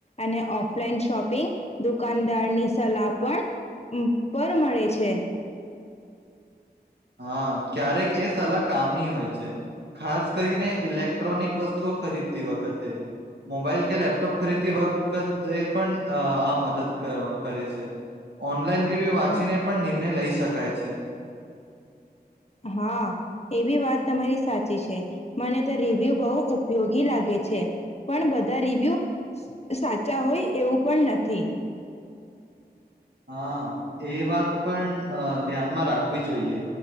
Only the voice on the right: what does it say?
હા, ક્યારેક એ સલાહ કામની હોય છે. ખાસ કરીને ઇલેક્ટ્રોનિક વસ્તુઓ ખરીદતી વખતે. મબાઈલ કે લેપટોપ ખરીદતી વખતે પણ અહ આ મદદ ક-કરે છે. ઓન લાઇન રિવ્યુ વાચીને
પણ નિર્ણય લઈશ શકાય છે.
હા એ વાત પણ અહ ધ્યાનમાં રાખવી જોઈએ